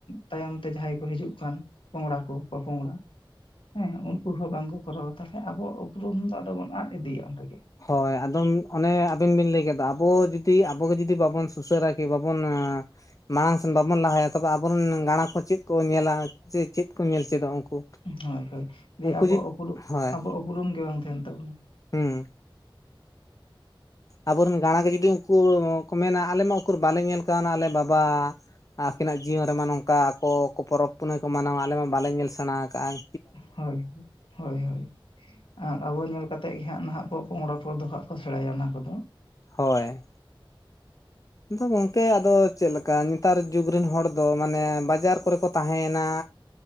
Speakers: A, on the left (about 75°); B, on the left (about 40°).
A: ᱛᱟᱭᱚᱢ ᱛᱮ ᱡᱟᱦᱟᱸᱭ ᱠᱚ ᱦᱤᱡᱩᱜ ᱠᱟᱱ ᱯᱚᱝᱲᱟ, ᱯᱚ-ᱯᱚᱝᱲᱟ ᱦᱮᱸ ᱩᱱᱠᱩ ᱦᱚᱸ ᱵᱟᱝᱠᱚ ᱠᱚᱨᱟᱣᱟ ᱛᱟᱦᱚᱞᱮ ᱟᱵᱚ ᱩᱯᱩᱨᱩᱢ ᱫᱚ ᱟᱫᱚ ᱵᱚᱱ ᱟᱫ ᱤᱫᱤᱭᱟ ᱚᱸᱰᱮ ᱜᱮ᱾
B: ᱦᱳᱭ ᱟᱫᱚᱢ ᱚᱱᱮ ᱟᱵᱤᱱ ᱵᱤᱱ ᱞᱟᱹᱭ ᱠᱮᱫᱟ ᱟᱵᱚ ᱡᱩᱫᱤ ᱟᱵᱚᱜ ᱜᱮ ᱡᱩᱫᱤ ᱵᱟᱵᱚᱱ ᱩᱥᱟᱹᱨᱟ ᱠᱤ ᱵᱟᱵᱚᱱ ᱢᱟᱲᱟᱝ ᱥᱮᱱ ᱵᱟᱵᱚᱱ ᱞᱟᱦᱟᱭᱟ ᱛᱚᱵᱮ ᱟᱵᱚᱨᱮᱱ ᱜᱟᱲᱟ ᱠᱚ ᱪᱮᱫ ᱠᱚ ᱧᱮᱞᱟ ᱪᱮᱫ ᱠᱚ ᱧᱮᱞ ᱪᱮᱫᱚᱜᱼᱟ ᱩᱱᱠᱩ᱾
A: ᱦᱳᱭ ᱦᱳᱭ ᱫᱤᱭᱮ
B: ᱩᱱᱠᱩ
A: ᱟᱵᱚᱣᱟᱜ
B: ᱡᱩᱫᱤ
A: ᱩᱯᱩᱨᱩᱢ
B: ᱦᱳᱭ
A: ᱟᱵᱚᱣᱟᱜ ᱩᱯᱨᱩᱢ ᱜᱮ ᱵᱟᱝ ᱛᱟᱦᱮᱱ ᱛᱟᱵᱚᱱᱟ᱾
B: ᱦᱩᱸ ᱟᱵᱚᱨᱮᱱ ᱜᱟᱲᱟ ᱜᱮ ᱡᱩᱫᱤ ᱩᱱᱠᱩ ᱠᱚ ᱢᱮᱱᱟ ᱟᱞᱮ ᱢᱟ ᱩᱱᱠᱩ ᱵᱟᱞᱮ ᱧᱮᱞ ᱠᱟᱣᱱᱟ ᱟᱞᱮ ᱵᱟᱵᱟ ᱟᱹᱠᱤᱱᱟᱜ ᱡᱤᱭᱚᱱ ᱨᱮᱢᱟ ᱱᱚᱝᱠᱟ ᱟᱠᱚ ᱯᱚᱨᱚᱵᱽ ᱯᱩᱱᱟᱹᱭ ᱠᱚ ᱢᱟᱱᱟᱣᱟ ᱟᱞᱮ ᱢᱟ ᱵᱟᱞᱮ ᱧᱮᱞ ᱥᱮᱬᱟ ᱟᱠᱟᱜ ᱟᱭ᱾
A: ᱦᱳᱭ᱾ ᱦᱳᱭ ᱦᱳᱭ, ᱟᱨ ᱟᱵᱚ ᱧᱮᱞ ᱠᱟᱛᱮᱫ ᱜᱮ ᱦᱟᱸᱜ ᱱᱟᱦᱟᱜ ᱯᱚᱝᱲᱟ ᱯᱚᱨ ᱫᱚ ᱦᱟᱸᱜ ᱠᱚ ᱥᱮᱬᱟᱭᱟ ᱚᱱᱟ ᱠᱚᱫᱚ᱾
B: ᱦᱳᱭ᱾ ᱟᱫᱚ ᱜᱚᱝᱠᱮ ᱟᱫᱚ ᱪᱮᱫ ᱞᱮᱠᱟ- ᱚᱱᱠᱟ ᱱᱮᱛᱟᱨ ᱡᱩᱜᱽ ᱨᱮᱱ ᱦᱚᱲ ᱫᱚ ᱢᱟᱱᱮ ᱵᱟᱡᱟᱨ ᱠᱚᱨᱮ ᱠᱚ ᱛᱟᱦᱮᱸᱭᱮᱱᱟ,